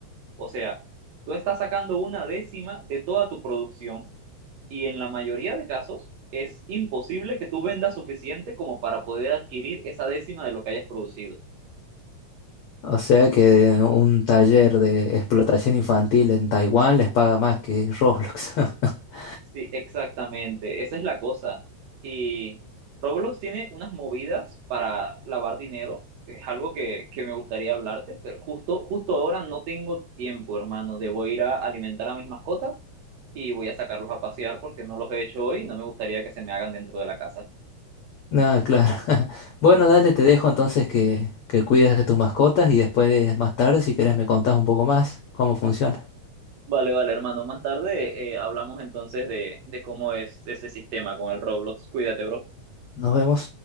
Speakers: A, on the right (about 70°); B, on the left (about 80°).
A: O sea, tú estás sacando una décima de toda tu producción y en la mayoría de casos es imposible que tú vendas suficiente como para poder adquirir esa décima de lo que hayas producido.
B: O sea que un taller de explotación infantil en Taiwán les paga más que Roblox. <laughs>
A: Sí, exactamente, esa es la cosa. Y Roblox tiene unas movidas para lavar dinero, que es algo que, que me gustaría hablarte, pero justo, justo ahora no tengo tiempo, hermano. Debo ir a alimentar a mis mascotas y voy a sacarlos a pasear porque no los he hecho hoy y no me gustaría que se me hagan dentro de la casa.
B: No, claro. <laughs> Bueno, dale, te dejo entonces que, que cuides de tus mascotas y después, más tarde, si querés, me contás un poco más cómo funciona.
A: Vale, vale, hermano. Más tarde eh, hablamos entonces de, de cómo es ese sistema con el Roblox. Cuídate, bro.
B: Nos vemos.